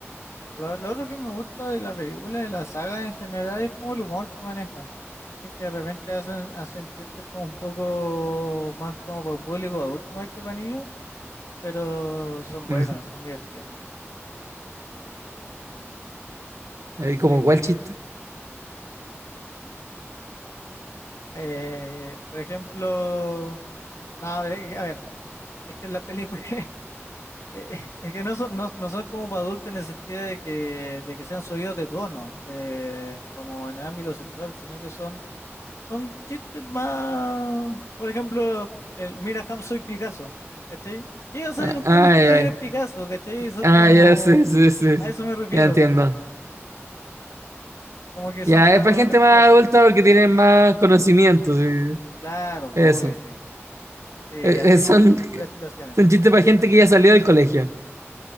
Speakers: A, on the left; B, on the right.
A: Lo, lo otro que me gusta de la película, de la saga en general, es como el humor que maneja. ¿Cachai? Que de repente hacen, hacen chistes como un poco más como para un público adulto más que para niños, pero son buenos,
B: Ujú.
A: son divertidos. Los
B: Ahí
A: chistes
B: como cuál
A: que,
B: chiste.
A: eh, por ejemplo, no, a ver, a ver, es que en la película <laughs> Eh, eh, Es que no son, no, no son como para adultos en el sentido de que, de que sean subidos de tono, eh, como en el ámbito sexual, sino que son, son chistes más, por ejemplo, el mira Ham soy Picasso, ¿cachai? ¿Qué vas
B: Ah,
A: a ver un cabro
B: ah,
A: chico
B: ya,
A: que no es Picasso, ¿cachai? Son
B: ah,
A: como,
B: ya, sí, sí, sí.
A: a eso me refiero,
B: Ya entiendo.
A: como, como que
B: Ya,
A: son para
B: es para
A: los,
B: gente
A: los que
B: más
A: cachan.
B: adulta porque tienen más conocimiento, sí.
A: Claro, pues,
B: Eso.
A: obvio, sí. Sí,
B: Eh,
A: Y así
B: eh, son,
A: con las situaciones,
B: son chistes para gente que ya salió del colegio.